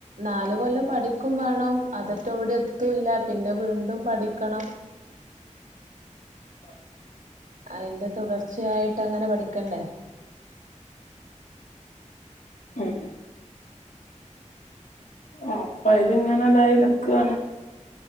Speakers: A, on the right; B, on the left.
A: നാല് കൊല്ലം പഠിക്കുവാണം അതറ്റോയെവിടെം എത്തൂല്ല പിന്നെ വീ ണ്ടും പഠിക്കണം
B: ആഹ്
A: അയിന്റെ തുടർച്ചയായിട്ടങ്ങനെ പഠിക്കണ്ടേ
B: ഉം ആ അപ്പ അയിലിങ്ങനതായി നിക്കാണ്